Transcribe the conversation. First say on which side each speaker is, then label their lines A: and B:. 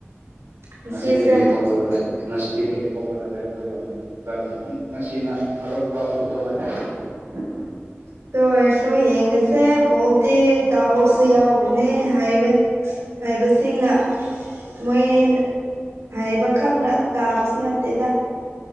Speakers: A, on the right; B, on the right.
A: ꯉꯁꯤꯁꯦ
B: ꯉꯁꯤꯗꯒꯤ ꯊꯧꯕ ꯇꯥꯔꯦ ꯁꯤꯗꯒꯤ ꯊꯣꯛꯄ ꯇꯥꯔꯦ ꯑꯗꯨꯒ ꯅ ꯉꯁꯤꯅ ꯑꯔꯣꯏꯕ ꯑꯣꯏꯗꯧ ꯃꯥꯜꯂꯦ
A: <unintelligible> ꯇꯣ ꯑꯦꯁꯨ ꯌꯦꯡꯉꯁꯦ ꯕꯣꯜꯇꯤ ꯗꯥꯎꯁꯨ ꯌꯥꯎꯕꯅꯦ ꯍꯥꯏꯕꯅꯦ ꯍꯥꯏꯕꯁꯤꯡꯅ ꯃꯣꯏ ꯍꯥꯏꯕꯈꯛꯅ ꯀꯥꯕꯁꯨ ꯅꯠꯇꯦꯗ